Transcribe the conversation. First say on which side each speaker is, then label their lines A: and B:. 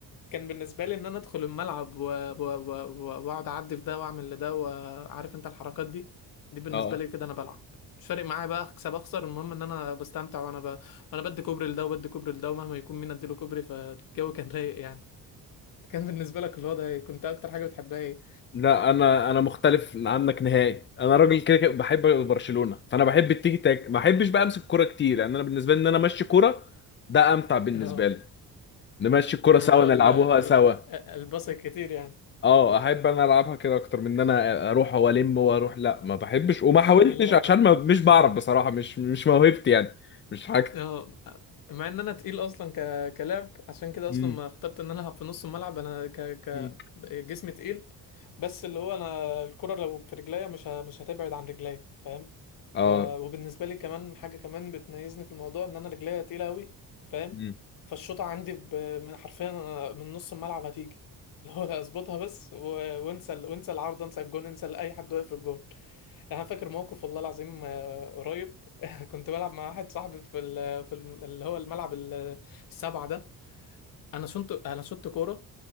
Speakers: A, on the left; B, on the left.
A: كان بالنسبه لي ان انا ادخل الملعب و- و- و- واقعد اعدي في ده واعمل لده وعارف انت الحركات دي
B: <laughs>
A: دي بالنسبه
B: اه
A: لي كده انا بلعب مش فارق معايا بقى اكسب اخسر المهم ان انا بستمتع وانا ب... وانا بدي كوبري لده وبدي كوبري لده ومهما يكون مين اديله كوبري فالجو كان رايق يعني كان بالنسبه لك الوضع ايه كنت اكتر حاجه بتحبها ايه
B: لا انا انا مختلف عنك نهائي انا راجل كده كده بحب برشلونه فانا بحب التيكي تاك ما بحبش بقى امسك كوره كتير يعني انا بالنسبه لي ان انا امشي كوره ده امتع بالنسبه
A: اه
B: لي نمشي الكوره
A: موضوع
B: سوا نلعبوها
A: ال... ال...
B: سوا
A: الباص الكتير يعني
B: اه احب انا العبها كده اكتر من ان انا اروح والم واروح لا ما بحبش وما
A: <laughs>
B: حاولتش
A: لا
B: عشان
A: لا
B: ما مش بعرف بصراحه
A: <laughs>
B: مش مش موهبتي يعني مش حاجتي
A: اه مع ان انا تقيل اصلا ك... كلاعب عشان كده اصلا
B: مم.
A: ما اخترت ان انا العب في نص الملعب انا ك... ك...
B: مم.
A: جسمي تقيل بس اللي هو انا الكرة لو في رجليا مش ه... مش هتبعد عن رجليا فاهم
B: اه
A: ف... وبالنسبة لي كمان حاجة كمان بتميزني في الموضوع ان انا رجليا تقيلة قوي فاهم
B: مم.
A: فالشوطة عندي ب... من حرفيا أنا من نص الملعب هتيجي اللي هو اظبطها بس و... وانسى ال- وانسى العارضة انسى الجون انسى اي حد واقف في الجون انا فاكر موقف والله العظيم آه، قريب <laughs> كنت بلعب مع واحد صاحبي في ال في ال اللي هو الملعب ال- السبعة ده انا شنت انا شنت كورة